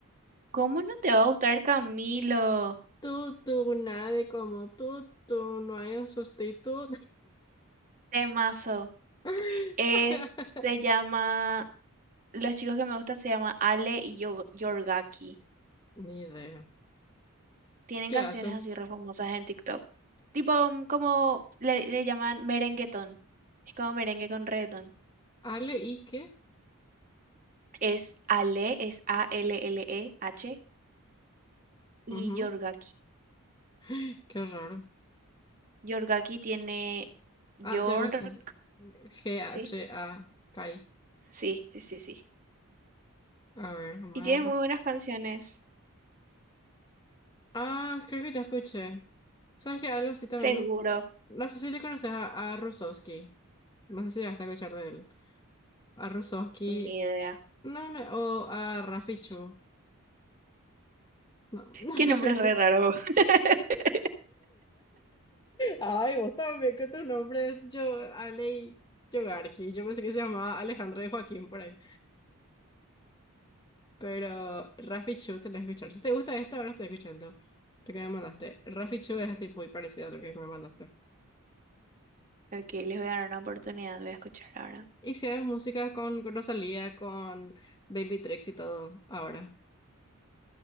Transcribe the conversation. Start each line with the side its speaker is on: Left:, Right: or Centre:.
Right: cómo no te va a gustar Camilo?
Left: Tú, tú, nadie como tú, tú, no hay un sustituto.
Right: Temazo.
Left: <laughs>
Right: Eh, se llama. Los chicos que me gustan se llaman Ale y Yo- Yorgaki.
Left: Ni idea.
Right: Tienen
Left: ¿Qué
Right: canciones
Left: hacen?
Right: así re famosas en TikTok. Tipo, mm, como le, le llaman merenguetón. Es como merengue con reggaetón.
Left: Ale y qué?
Right: Es Ale, es A-L-L-E-H y
Left: Ujú.
Right: Yorgaki.
Left: <gasps> Qué raro.
Right: Yorgaki tiene York,
Left: Ah, ya me salió G-H-A-K.
Right: ¿sí?
Left: A K I.
Right: Sí, sí, sí, sí.
Left: A ver, vamos
Right: Y tiene
Left: a
Right: muy
Left: ver.
Right: buenas canciones.
Left: Ah, creo que ya escuché. ¿Sabes que algo sí también
Right: Seguro,
Left: me... No sé si le conoces a, a Rusowski. No sé si llegaste a escuchar de él. A Rusowski.
Right: ni idea.
Left: No, no, o a Rafichu. No. <laughs>
Right: Qué nombre re raro. <laughs>
Left: Ay, vos también con tus nombres. Yo, Alei Yogarki. Yo pensé que se llamaba Alejandro de Joaquín por ahí. Pero Rafichu tenés que escuchar. Si te gusta esto, ahora estoy escuchando lo que me mandaste. Rafichu es así muy parecido a lo que me mandaste.
Right: Ok, les voy a dar una oportunidad, voy a escuchar ahora.
Left: Hicieron música con Rosalía, con Baby Tricks y todo ahora.